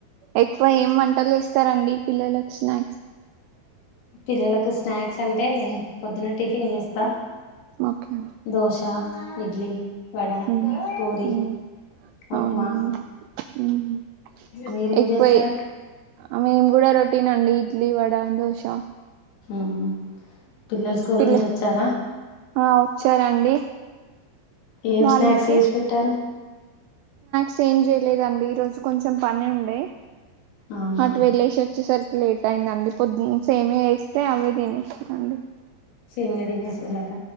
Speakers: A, on the right; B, on the left.
A: ఎ ఇస్తారండి పిల్లలకు స్నా
B: పిల్లలకు స్నాక్స్ అంటే పొద్దున్న టిఫిన్ చేస్తా
A: ఒకే
B: దోశ ఇడ్లీ వడ
A: హమ్
B: పూరి
A: హమ్
B: ఉప్మా
A: అవునండి హమ్
B: మీరేం
A: ఎక్కువయి
B: చేస్తారు
A: మేము కూడా రొటీనండి ఇడ్లీ వ దోస
B: హమ్ పిల్లలు స్కూల్
A: పిల్ల
B: నుంచి వచ్చారా
A: ఆ వచ్చారండి
B: ఏం
A: వాళ్ళకి
B: స్నాక్స్ చేసి పెట్టారు
A: సేమ్ జ లేదండి ఈ రోజు కొంచెం పని ఉండే
B: అవునా
A: అటు వెళ్ళిసి వచ్చిసరికి లేట్ అయిందండి సేమ వేస్తే అవే తినేసినాయి అండి
B: ఇడ్న తీసేసి వెళ్లార